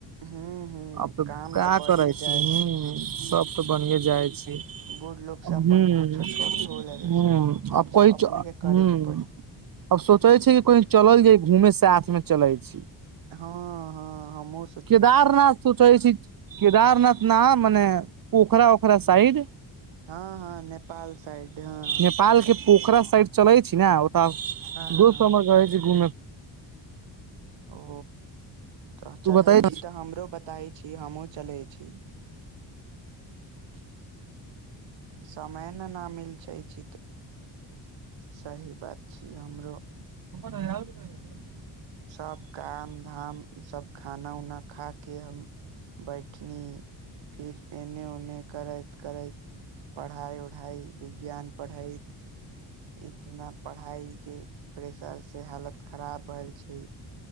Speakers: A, on the right (about 85°); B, on the right (about 50°).
A: हू हू
B: आब तऽ
A: काम
B: क्य
A: बढ़िए
B: करै छी
A: जाइ
B: ह सब तऽ बने जाइ छी ह
A: बूढ़ लोग से अपन
B: ह
A: कुछो छोड़ी होल सब
B: आ कहि
A: सब अपने
B: ह
A: के करे
B: अब
A: के पड़ी
B: सोचै छै कि कह चलल जाय घूमे साथ मे चलै छी
A: हँ हँ हमहु
B: केदारनाथ सोचै छी केदारनाथ ना मने पोखरा ओखरा साइड
A: हँ हँ नेपाल साइड हँ हँ
B: नेपाल के पोखरा साइड चलै छी न ओत
A: हँ
B: दोस हमर रहै छी घुम
A: ओ तऽ
B: तू
A: चलै
B: बताय
A: छी तऽ हमरो बता छी हमहूँ चलै छी समय ने न मिल छै त सही बात छी हमरो
B: <unintelligible>
A: सब काम धाम सब खाना उना खा के हम बैठ नि फिर एने उने ने करैत करैत पढ़ाई उढ़ाई विज्ञान पढ़ैत इतना पढ़ाई के प्रेशर से हालत खराब भेल छै